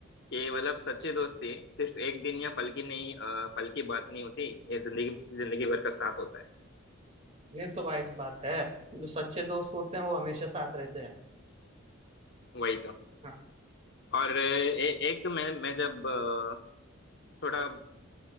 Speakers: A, on the left (about 60°); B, on the right (about 35°).
A: कि मतलब सच्ची दोस्ती सिर्फ एक दिन या पल की नहीं अ, पल की बात नहीं होती ये जिंदगी जिंदगी भर का साथ होता है
B: ये तो भाई सी बात है जो सच्चे दोस्त होते हैं वो हमेशा साथ रहते हैं
A: वही तो
B: हाँ
A: और ए, एक मैं मैं जब अ, थोड़ा